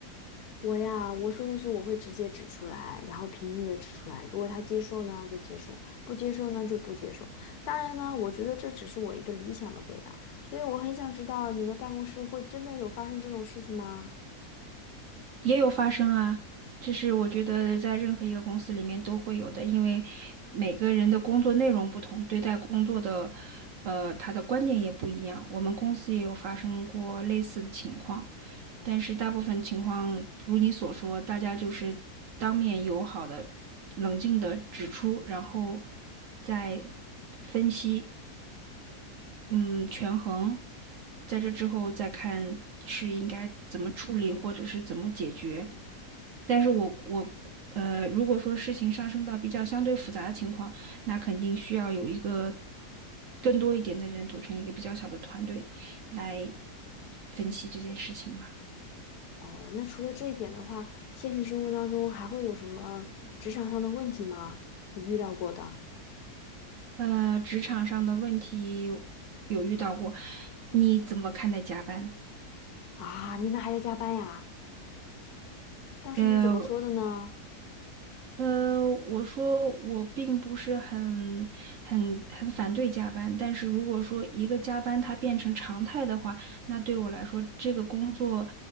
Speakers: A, on the left; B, on the right.
A: 我呀，我说的是我会直接指出来，然后平静的指出来。如果他接受呢，就接受；不接受呢，就不接受。当然呢，我觉得这只是我一个理想的回答，所以我很想知道你们办公室会真的有发生这种事情吗？
B: 也有发生啊，这是我觉得在任何一个公司里面都会有的，因为每个人的工作内容不同，对待工作的，呃，他的观点也不一样。我们公司也有发生过类似的情况，但是大部分情况如你所说，大家就是当面友好的、冷静的指出，然后再分析，嗯，权衡，在这之后再看是应该怎么处理或者是怎么解决。但是我我呃，如果说事情上升到比较相对复杂的情况，那肯定需要有一个更多一点的人组成一个比较小的团队来分析这件事情吧。
A: 哦，那除了这一点的话，现实生活当中还会有什么职场上的问题吗？你遇到过的
B: 呃，职场上的问题有遇到过，你怎么看待加班？
A: 啊？你们还要加班呀？当时你怎么说的呢？
B: 呃，呃，我说我并不是很、很、很反对加班，但是如果说一个加班它变成常态的话，那对我来说这个工作